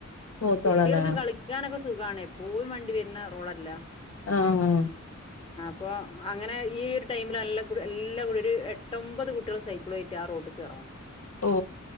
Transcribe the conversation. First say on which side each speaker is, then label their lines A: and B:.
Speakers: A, on the left; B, on the left.
A: പോത്തോളല്ലേ
B: കുട്ടികൾക്ക്
A: ആ
B: കളിക്കാനൊക്കെ സുഖാണ് എപ്പോയും വണ്ടി വരുന്ന റോഡല്ല
A: ആ ആ
B: ഇപ്പൊ അങ്ങനെ ഈ ഒരു ടൈമില് നല്ല എല്ലാ <unintelligible> ഒരു എട്ടൊമ്പത് കുട്ടികൾ സൈക്കളും ആയിട്ടാ ആ റോഡ് <unintelligible>
A: ഓ